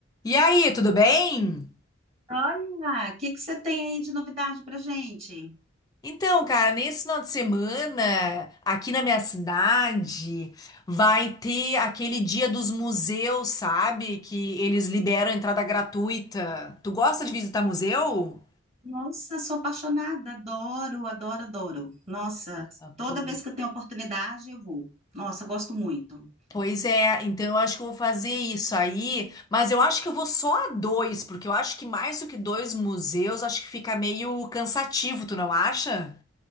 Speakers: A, on the left; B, on the right.
A: E aí, tudo bem?
B: Olha, o que que você tem aí de novidade pra gente?
A: Então, cara, nesse final de semana, aqui na minha cidade, vai ter aquele dia dos museus, sabe? Que eles liberam entrada gratuita. Tu gosta de visitar museu?
B: Nossa, sou apaixonada, adoro, adoro, adoro. Nossa,
A: Tá bom.
B: toda vez que eu tenho oportunidade, eu vou. Nossa, eu gosto muito.
A: Pois é, então eu acho que eu vou fazer isso aí, mas eu acho que eu vou só a dois, porque eu acho que mais do que dois museus, acho que fica meio cansativo, tu não acha?